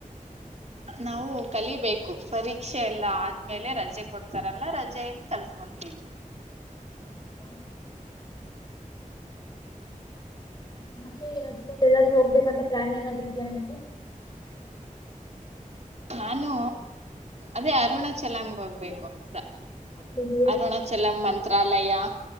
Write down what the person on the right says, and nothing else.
ನಾವು ಕಲಿಬೇಕು ಪರೀಕ್ಷೆ ಎಲ್ಲ ಆದ್ಮೇಲೆ ರಜೆ ಕೊಡ್ತಾರಲ್ಲ ರಜೆಯಲ್ಲಿ ಕಲ್ತ್ಕೊ ಹ
ನಾನು ಅದೇ ಅರುಣ ಚೆಲಾಮ್ಗೆ ಹೋಗ್ಬೇಕು ಅಂತ
ಅರುಣಾಚಲಮ ಮಂತ್ರಾಲಯ